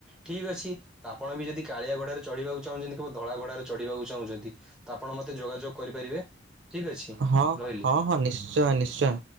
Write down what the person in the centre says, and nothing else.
ଠିକ୍ ଅଛି ଆପଣ ବି ଯଦି କାଳିଆ ଘୋଡ଼ାରେ ଚଢ଼ିବାକୁ ଚାହୁଁଛନ୍ତି କିମ୍ବା ଧଳା ଘୋଡ଼ାରେ ଚଢ଼ିବାକୁ ଚାହୁଁଛନ୍ତି? ତ ଆପଣ ମତେ ଯୋଗାଯୋଗ କରିପାରିବେ। ଠିକ୍ ଅଛି
ରହିଲି।